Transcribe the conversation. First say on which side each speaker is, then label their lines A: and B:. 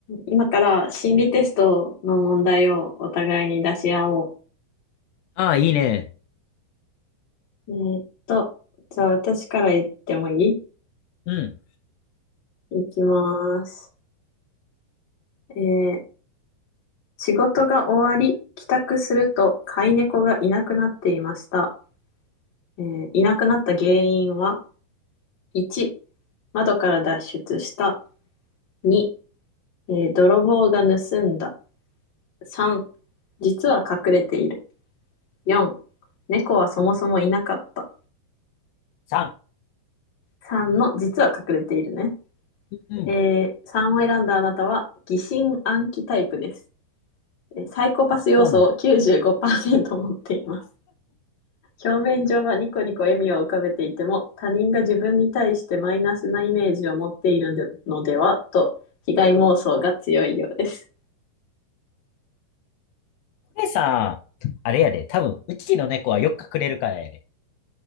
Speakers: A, on the left; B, on the left.
A: 今から心理テストの問題をお互いに出し合お
B: ああ、いいね。
A: う。えーっと、じゃあ私から言ってもいい
B: うん。
A: いきます。えー仕事が終わり、帰宅すると飼い猫がいなくなっていました。えーいなくなった原因は、1、窓から脱出した。2、えー泥棒が盗んだ。3、実は隠れている。4、猫はそもそもいなかった。
B: 3。
A: 3の実は隠れているね。
B: うん。
A: えー、3を選んだあなたは疑心暗鬼タイプです。えーサイコパス要素を95%
B: そうなん。こ
A: 持っています。表面上はニコニコ笑みを浮かべていても、他人が自分に対してマイナスなイメージを持っているのでのではと、被害妄想が強いようです。
B: れさ、あれやで。多分、うちの猫はよく隠れるからやで。